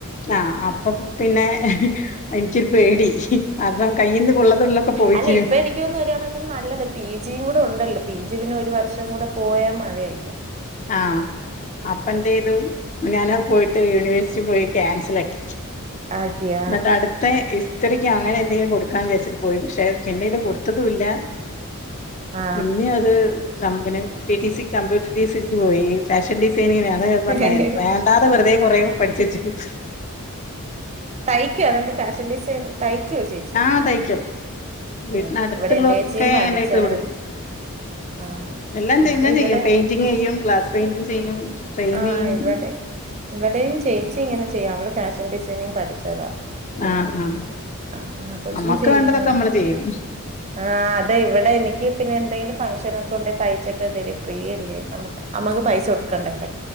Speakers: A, on the left; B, on the right.
A: ആഹ് അപ്പം പിന്നെ എനിക്ക്യൊരു പേടി. കാരണം കയ്യിന്ന് കൊള്ളതുള്ളൊക്കെ പോയിക്കിന്
B: അല്ല ഇപ്പ എനിക്ക് തോനുന്നു ഒരു കണക്കിന് നല്ലത്. പി ജിയും കൂടെ ഉണ്ടല്ലോ പി ജി പിന്നെ ഒരു വർഷം കൂടെ പോയാ മതിയല്ലോ.
A: ആഹ് അപ്പന്തെയ്തു ഞാനത് പോയിട്ട് യൂണിവേഴ്സിറ്റി പോയി ക്യാൻസലാക്കി.
B: ആക്കിയ
A: ന്നട്ടടുത്തെ ഇസ്. സ്റ്ററിക്കൊ അങ്ങനെ എന്തെങ്കിലും കൊടുക്കാന്ന് വിചാരിച്ചിട്ട് പോയി പക്ഷെ പിന്നെ ഇത് കൊടുത്തതുംല്ലാ.
B: ആ
A: പിന്നി അത്. Company T T C computer T C സിക്ക് പോയി ഫാഷൻ ഡിസൈനിങ്ങിനാ അതാ ഞാൻ പറഞ്ഞത്
B: ആഹ്
A: വേണ്ടാതെ വെറുതെ കുറേ പഠിച്ച് വെച്ചിക്ക്‌
B: തയ്ക്കൊ എന്നട്ട് ഫാഷൻ ഡിസൈൻ തയ്ക്കുവോ ചേച്ചി
A: ആ തയ്ക്കും വീട്ടിന്
B: ആ
A: അടുത്തുള്ളോർക്കൊക്കെ
B: ഇവിടെ എന്റെ ചേച്ചിയും പഠിച്ചായിരുന്നു
A: ഞാൻ തെയ്ച്ച് കൊടുക്കും
B: ആ
A: എല്ലാം
B: ആള്
A: ചെയ്യും ഞാൻ
B: ഇവിടെ
A: ചെയ്യും പെയിന്റിങ് ചെയ്യും ഗ്ലാസ് പെയിന്റിങ് ചെയ്യും ഫ്രെയിം
B: ആ
A: ചെയ്യും
B: ഇവിടെ ഇവിടെയും ചേച്ചി ഇങ്ങനെ ചെയ്യും അവള് ഫാഷൻ ഡിസൈനിങ് പഠിച്ചതാ
A: ആഹ് ആഹ്
B: ആഹ് കൊച്ചും
A: നമ്മക്ക്
B: ചെയ്യും
A: വേണ്ടതൊക്കെ
B: ഇങ്ങനെ
A: നമ്മള് ചെയ്യും
B: ആഹ അതെ ഇവിടെ എനിക്ക് പിന്നെ എന്തെങ്കിലും ഫംഗ്ഷന് ഒക്കെ ഉണ്ടെ തയ്ച്ചൊക്കെ തരും ഫ്രീയല്ലേ നമ്മക്ക് നമ്മക്ക് പൈസ കൊടുക്കണ്ടല്ലേ